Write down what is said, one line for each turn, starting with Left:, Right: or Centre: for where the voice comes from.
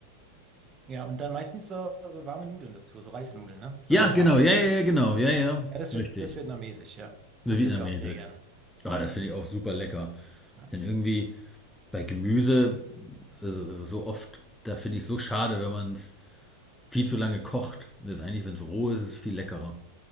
Right: Ja, und dann meistens so, so warme Nudeln dazu, so Reisnudeln, ne? So
Centre: Ja,
Right: lauwarm.
Centre: genau, ja, ja, ja, genau, ja, ja,
Right: Ja, das
Centre: richtig.
Right: wird, das vietnamesisch, ja.
Centre: So
Right: Das
Centre: vietnamesisch.
Right: esse ich auch sehr gern.
Centre: Ah, das finde ich auch super lecker.
Right: ja.
Centre: Denn irgendwie bei Gemüse äh, so oft, da finde ich so schade, wenn man es viel zu lange kocht. Letztendlich, wenn es roh ist, ist es viel leckerer.